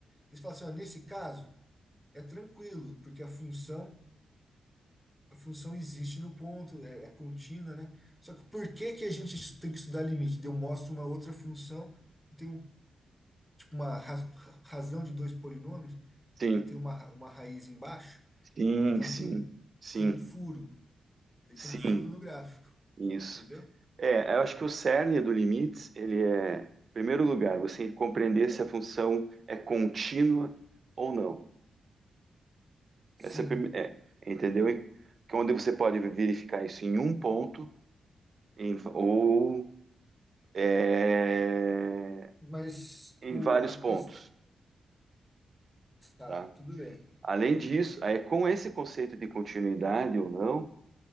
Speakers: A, in the centre; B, on the right.
A: Eles falam assim, ó, nesse caso é tranquilo, porque a função a função existe no ponto, é, é contínua, né? Só que por que que a gente tem que estudar limite? Eu mostro uma outra função que tem um, tipo uma ra- ra- razão de dois polinômios
B: Sim,
A: que tem uma, ra- uma raiz embaixo,
B: sim,
A: então
B: sim,
A: tem
B: sim,
A: tem um furo, ele
B: sim.
A: tem um furo no gráfico,
B: Isso.
A: entendeu?
B: É, eu acho que o cerne do limites, ele é, em primeiro lugar, você compreender
A: Ah,
B: se a função é contínua ou não.
A: sim,
B: Essa é, a prime- é, entendeu? E Onde você pode verificar isso em um ponto em- ou é,
A: mas
B: em
A: o
B: vários
A: a
B: pontos,
A: questão tá,
B: tá?
A: tudo bem.
B: Além disso, aí com esse conceito de continuidade ou não,